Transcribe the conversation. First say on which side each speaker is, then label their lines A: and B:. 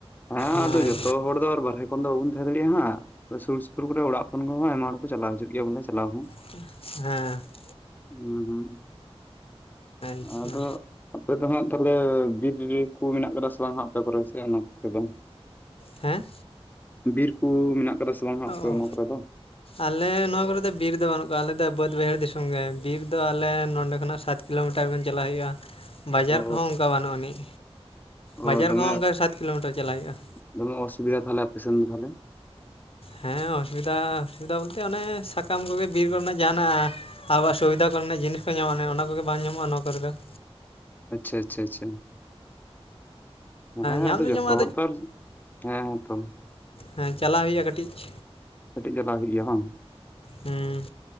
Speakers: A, on the left; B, on the left.
A: ᱦᱮᱸ
B: ᱦᱳᱭ
A: ᱟᱫᱚ ᱡᱚᱛᱚ ᱦᱚᱲ ᱫᱚ ᱵᱟᱨᱦᱮ ᱼᱼ ᱠᱷᱚᱱ ᱫᱚ ᱵᱟᱵᱚᱱ ᱫᱟᱲᱮᱭᱟᱜ ᱦᱟᱸᱜ ᱥᱩᱨ ᱥᱩᱯᱩᱨ ᱠᱚᱨᱮ ᱚᱲᱟᱜ ᱠᱷᱚᱱ ᱦᱚᱸ ᱟᱭᱢᱟ ᱦᱚᱲ ᱠᱚ ᱪᱟᱞᱟᱣ ᱦᱤᱡᱩᱜ ᱜᱮᱭᱟ ᱵᱚᱞᱮ ᱪᱟᱞᱟᱣ ᱦᱚᱸ᱾
B: ᱦᱮᱸ ᱼᱼ
A: <unintelligible>
B: ᱟᱪᱪᱷᱟ
A: ᱟᱫᱚ ᱼᱼ ᱟᱯᱮ ᱫᱚ ᱦᱟᱸᱜ ᱛᱟᱞᱮ ᱵᱤᱨ ᱨᱤᱨᱤ ᱢᱮᱱᱟᱜ ᱠᱟᱫᱟ ᱥᱮ ᱵᱟᱝ ᱦᱟᱸᱜ ᱟᱯᱮ ᱠᱚᱨᱮ ᱥᱮᱜ ᱱᱚᱛᱮ ᱫᱚ?
B: ᱦᱮᱸ ᱼᱼ
A: ᱵᱤᱨ ᱠᱩ ᱢᱮᱱᱟᱜ ᱠᱟᱫᱟ ᱥᱮ ᱵᱟᱝ ᱦᱟᱸᱜ ᱟᱯᱮ
B: ᱚ
A: ᱚᱱᱟ ᱠᱚᱨᱮ ᱫᱚ?
B: ᱟᱞᱮ ᱱᱚᱣᱟ ᱠᱚᱨᱮ ᱫᱚ ᱵᱤᱨ ᱫᱚ ᱵᱟᱹᱱᱩᱜ ᱠᱟᱜ-ᱟ ᱟᱞᱮ ᱫᱚ ᱵᱟᱹᱫᱽ ᱵᱟᱹᱭᱦᱟᱹᱲ ᱫᱤᱥᱚᱢ ᱜᱮ ᱵᱤᱨ ᱫᱚ ᱟᱞᱮ ᱱᱚᱸᱰᱮ ᱠᱷᱚᱱᱟᱜ ᱥᱟᱛ ᱼᱼ ᱠᱤᱞᱳ ᱢᱤᱴᱟᱨ ᱵᱮᱱ ᱪᱟᱞᱟᱜ ᱦᱩᱭᱩᱜᱼᱟ᱾ ᱵᱟᱡᱟᱨ
A: ᱚ
B: ᱠᱚᱦᱚᱸ ᱚᱝᱠᱟ ᱵᱟᱹᱱᱩᱜ ᱟᱹᱱᱤᱡ
A: ᱚ
B: ᱵᱟᱡᱟᱨ
A: ᱫᱚᱢᱮ
B: ᱠᱚᱦᱚᱸ ᱚᱝᱠᱟ ᱥᱟᱛ ᱠᱤᱞᱳ ᱢᱤᱴᱟᱨ ᱪᱟᱞᱟᱜ ᱦᱩᱭᱩᱜᱼᱟ ᱾
A: ᱫᱚᱢᱮ ᱚᱥᱩᱵᱤᱫᱷᱟ ᱛᱟᱦᱞᱮ ᱟᱯᱮ ᱥᱮᱱ ᱫᱚ ᱛᱟᱦᱞᱮ᱾
B: ᱦᱮᱸ ᱚᱥᱩᱵᱤᱫᱟ ᱚᱥᱩᱵᱤᱫᱟ ᱵᱚᱞᱛᱮ ᱚᱱᱮ ᱥᱟᱠᱟᱢ ᱠᱚᱜᱮ ᱵᱤᱨ ᱠᱚᱨᱮᱱᱟᱜ ᱡᱟᱦᱟᱱᱟᱜ ᱼᱼ ᱟᱵᱚᱣᱟᱜ ᱥᱩᱵᱤᱫᱷᱟ ᱠᱚᱨᱮᱱᱟᱜ ᱡᱤᱱᱤᱥ ᱠᱚ ᱧᱟᱢᱚᱜᱼᱟ ᱚᱱᱮ ᱚᱱᱟ ᱠᱚᱜᱮ ᱵᱟᱝ ᱧᱟᱢᱚᱜᱼᱟ ᱱᱚᱣᱟ ᱠᱚᱨᱮ ᱫᱚ ᱾
A: ᱟᱪᱪᱷᱟ ᱟᱪᱪᱷᱟ ᱟᱪᱪᱷᱟ ᱾ ᱦᱮᱸ
B: ᱧᱟᱢ
A: ᱟᱫᱚ
B: ᱫᱚ
A: ᱡᱚᱛᱚ
B: ᱧᱟᱢᱚᱜᱼᱟ
A: ᱦᱚᱲ ᱛᱟᱞ ᱦᱮᱸ ᱛᱚ ᱼᱼ
B: ᱦᱮᱸ ᱪᱟᱞᱟᱣ ᱦᱩᱭᱩᱜᱼᱟ ᱠᱟᱹᱴᱤᱡ ᱾
A: ᱠᱟᱹᱴᱤᱡ ᱪᱟᱞᱟᱣ ᱦᱩᱭᱩᱜ-ᱟ ᱵᱟᱝ?
B: ᱦᱮᱸ ᱾